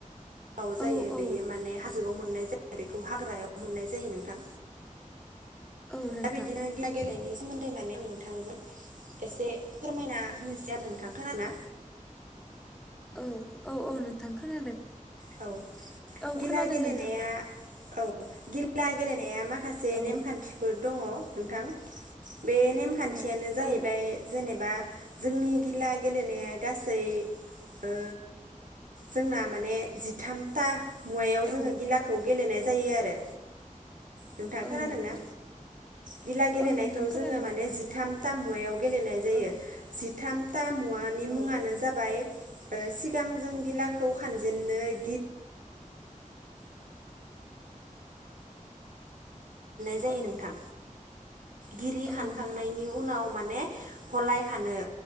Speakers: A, on the right; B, in the centre.
A: लाव जायो
B: औ
A: बेयो
B: औ
A: माने हाजोआव मोननाय जायो बेखौ हाग्रायाव मोननाय जायो नोंथां
B: औ नोंथां
A: दा बिदिनो गिला <unintelligible> सोमोन्दै माने नोंथांजों एसे फोरमायना होनोसै आरो नोंथां खोनादोंना
B: औ औ औ नोंथां खोनादों
A: औ
B: औ
A: गिला
B: खोनादों
A: गेलेनाया
B: नोंथां
A: औ गिला गेलेनाया मा खासे
B: औ
A: नेमखान्थिफोर दङ नोंथां बे नेमखान्थियानो
B: औ
A: जाहैबाय
B: औ
A: जेनेबा जोंनि गिला गेलेनाया गासै ओ जोंना माने जिथामथा मुवायाव
B: औ
A: जोङो गिलाखौ गेलेनाय जायो आरो नोंथां
B: औ
A: खोनादोंना
B: नोंथां
A: गिला गेलेनायखौ
B: औ नोंथां खोनादों
A: जोङो माने जिथाम थाम मुवायाव गेलेनाय जायो
B: औ
A: जिथामथा मुवानि मुङानो
B: औ
A: जाबाय ओ सिगां जों गिलाखौ खानजेन <unintelligible> खानजेननाय जायो
B: औ
A: नोंथां गिरि
B: औ
A: खानखांनायनि
B: नोंथां
A: उनाव माने